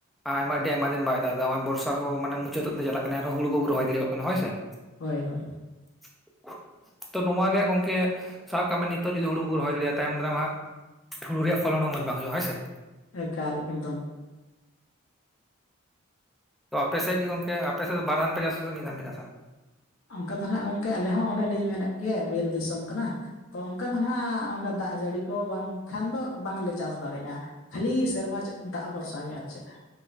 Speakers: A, in the centre; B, on the left.
A: ᱟᱭᱢᱟ ᱟᱹᱰᱤ ᱟᱭᱢᱟ ᱫᱤᱱ ᱵᱟᱭ ᱫᱟᱜ ᱮᱫᱟ ᱱᱚᱜᱼᱚᱭ ᱱᱚᱣᱟ ᱵᱚᱨᱥᱟ ᱦᱚᱸ ᱢᱟᱱᱮ ᱢᱩᱪᱟᱹᱫ ᱼᱼ <unintelligible> ᱪᱟᱞᱟᱜ ᱠᱟᱱᱟ ᱮᱱ ᱨᱮᱦᱚᱸ ᱦᱩᱲᱩ ᱵᱟᱵᱚ ᱨᱚᱦᱚᱭ ᱫᱟᱲᱮᱭᱟᱜ ᱠᱟᱱᱟ ᱦᱳᱭ ᱥᱮ ᱾
B: ᱦᱳᱭ ᱦᱳᱭ ᱾
A: <unintelligible> ᱛᱚ ᱱᱚᱣᱟ ᱜᱮ ᱦᱟᱸᱜ ᱜᱚᱝᱠᱮ ᱥᱟᱵ ᱠᱟᱜ ᱢᱮ ᱱᱤᱛᱚᱜ ᱡᱩᱫᱤ ᱦᱩᱲᱩ ᱵᱟᱵᱚᱱ ᱨᱚᱦᱚᱭ ᱫᱟᱲᱮᱭᱟᱜᱼᱟ ᱛᱟᱭᱚᱢ ᱫᱟᱨᱟᱢ ᱦᱟᱸᱜᱼᱼ ᱦᱩᱲᱩ ᱨᱮᱭᱟᱜ ᱯᱷᱚᱞᱚᱱ ᱦᱚᱸ ᱢᱚᱸᱡᱽ ᱵᱟᱝ ᱦᱩᱭᱩᱜᱼᱟ ᱦᱚᱭ ᱥᱮ ᱾
B: ᱮᱠᱟᱞ ᱮᱠᱫᱚᱢ ᱾
A: ᱛᱚ ᱟᱯᱮ ᱥᱮᱡ ᱜᱮ ᱜᱚᱝᱠᱮ ᱟᱯᱮ ᱥᱮᱫ ᱫᱚ ᱵᱟᱨ ᱫᱷᱟᱱ ᱯᱮ ᱪᱟᱥᱼᱟ ᱥᱮ ᱢᱤᱫ ᱫᱷᱟᱱ ᱯᱮ ᱪᱟᱥᱼᱟ?
B: ᱚᱱᱠᱟ ᱫᱚ ᱱᱟᱦᱟᱜ ᱜᱚᱝᱠᱮ ᱟᱞᱮ ᱦᱚᱸ ᱚᱱᱮ ᱞᱤᱧ ᱢᱮᱱᱮᱫ ᱜᱮᱭᱟ ᱵᱤᱨ ᱫᱤᱥᱚᱢ ᱠᱟᱱᱟ ᱾ ᱛᱚ ᱚᱱᱠᱟ ᱫᱚ ᱦᱟᱸᱜ ᱚᱱᱠᱟ ᱫᱟᱜ ᱡᱟᱹᱲᱤ ᱠᱚ ᱵᱟᱝᱠᱷᱟᱱ ᱫᱚ ᱵᱟᱝ ᱞᱮ ᱪᱟᱥ ᱫᱟᱲᱮᱭᱟᱜᱼᱟ ᱾ ᱠᱷᱟᱹᱞᱤ ᱥᱮᱨᱢᱟ ᱪᱮᱫ ᱫᱟᱜ ᱵᱷᱚᱨᱥᱟ ᱜᱮ ᱟᱨ ᱪᱮᱫ ᱼᱼ